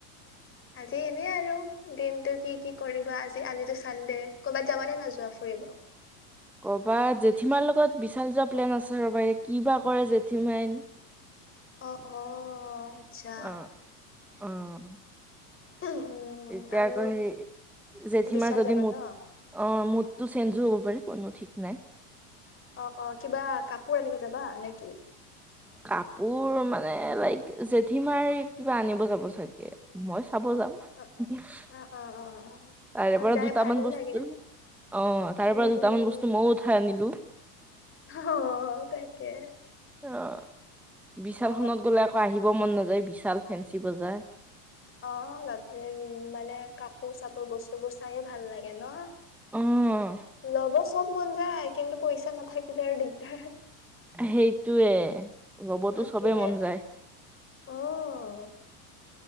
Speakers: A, on the left; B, in the centre.
A: আজি এনেই আৰু দিনতটো কি কি কৰিবা আজি আজিতো চানডে। কৰ'বাত যাব নে নাযোৱা ফুৰিব?
B: কবাত, জেঠীমাৰ লগত বিশাল যোৱা প্লেন আছে ৰ'বা কি বা কৰে জেঠীমাই।
A: অ', অ', আচ্ছা।
B: অ' অ',
A: উম
B: এতিয়া
A: আৰু
B: আকৌ সেই জেঠীমাৰ
A: বিশাল
B: যদি
A: যাবা
B: মুদ।
A: ন?
B: অ', মুড টো চেঞ্জো হ'ব পাৰে কোনো ঠিক নাই।
A: অ', অ', কিবা কাপোৰ আনিব যাবা নেকি?
B: কাপোৰ মানে লাইক জেঠি মাৰ কিবা আনিব যাব চাগে। মই চাব যাম
A: অ
B: তাৰে
A: অ অ অ অ
B: পৰা
A: যাই
B: দুটামান
A: ভালে
B: বস্তু।
A: লাগে
B: অ', তাৰ
A: উম
B: পৰা দুটামান
A: উম
B: বস্তু মইয়ো উঠাই আনিলো।
A: অ', তাকে।
B: অ', বিশালখনত
A: অ
B: গ'লে আকৌ আহিব মন নাযায় বিশাল ফেঞ্চি বজাৰ।
A: অ', মানে কাপোৰ চাপোৰ বস্তু বোৰ চাইে ভাল লাগে ন!
B: অ',
A: লব চব মন যায় কিন্তু পইচা নাথাকিলে আৰু দিগদাৰ।
B: সেইটোয়ে ল'বতো
A: তাকে
B: চবে মন যায়।
A: অ',।